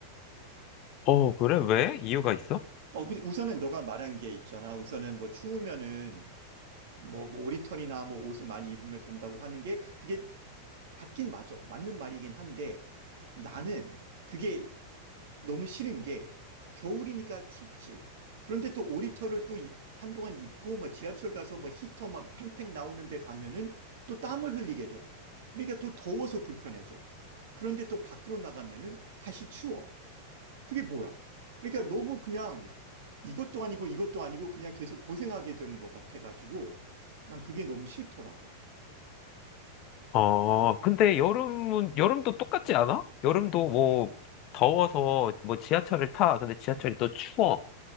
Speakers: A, on the left (about 40°); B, on the right (about 55°).
A: 어, 그래? 왜? 이유가 있어?
B: 어, 근데 우선은 너가 말한 게 있잖아. 우선은 뭐 추우면은 뭐, 뭐 오리털이나 뭐 옷을 많이 입으면 된다고 하는 게 그게 맞긴 맞아. 맞는 말이긴 한데 나는 그게 너무 싫은 게 겨울이니까 춥지. 그런데 또 오리털을 또 이- 한동안 입고 뭐 지하철 가서 뭐 히터 막 팽팽 나오는데 가면은 또 땀을 흘리게 돼. 그러니까 또 더워서 불편해져. 그런데 또 밖으로 나가면은 다시 추워. 그게 뭐야? 그러니까 너무 그냥 이것도 아니고 이것도 아니고 그냥 계속 고생하게 되는 것 같아가지고 난 그게 너무 싫더라고.
A: 어, 근데 여름은, 여름도 똑같지 않아? 여름도 뭐 더워서 뭐 지하철을 타. 근데 지하철이 또 추워.